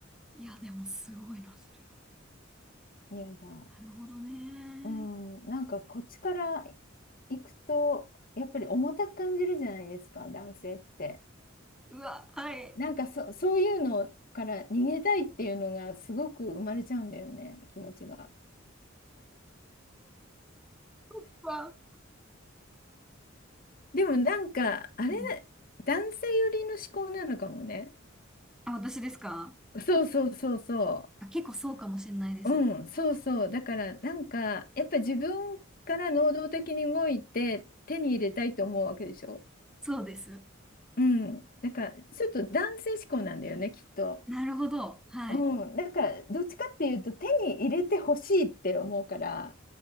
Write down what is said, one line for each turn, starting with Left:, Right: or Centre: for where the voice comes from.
Centre: いや、でもすごいな、それ
Left: いやいや
Centre: は。なるほどね。
Left: うんなんかこっちから行くとやっぱり重たく感じるじゃないですか男性って
Centre: うわ、はい。
Left: なんかそ、そういうのから逃げたいっていうのがすごく生まれちゃうんだよね気持ちが
Centre: うわ
Left: でもなんかあれ
Centre: うん
Left: 男性寄りの思考なのかもね
Centre: あ、私ですか
Left: そうそうそうそ
Centre: あ、結構そうかもしれないです。
Left: う。うん、そうそう。だからなんかやっぱ自分から能動的に動いて手に入れたいと思うわけでしょ。
Centre: そうです。
Left: うん。だからちょっと男性志向なんだよね、きっと。
Centre: なるほど。はい。
Left: うん。だからどっちかっていうと手に入れてほしいって思うから、